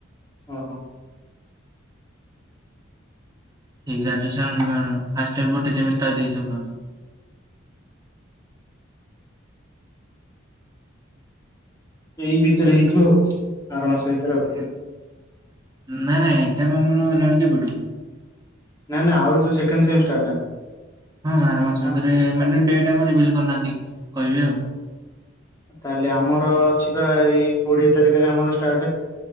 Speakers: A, on the left (about 15°); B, on the right (about 20°).
A: ଓଃ।
B: ଏଇ ଗ୍ରାଜୁଏଷନ୍ ଫାଷ୍ଟ୍ ଇୟର ଗୋଟେ ସେମିଷ୍ଟାର ଦେଇଚ ତ?
A: ଏଇ ଭିତରେ ହେଇଥିବ, ଆର ମାସ ଭିତରେ ଆଉ?
B: ନାଇଁ ନାଇଁ, ଏକ୍ଜାମ୍ ଆମର ହେଲାଣି କେବେଠୁ।
A: ନା ନା, ଆଉ ଯୋଉ ସେକଣ୍ଡ୍ ସେମିଷ୍ଟାର୍ ଟା।
B: ହଁ ଆର ମାସ ଭିତରେ
A: ଆ
B: ମାନେ ଡେଟ ଆମର ରିଭିଲ୍ କରିନାହାନ୍ତି, କହିବେ ଆଉ।
A: ତାହେଲେ ଆମର ଅଛି ପା ଏଇ କୋଡିଏ ତାରିଖରେ ଆମର ଷ୍ଟାଟ୍,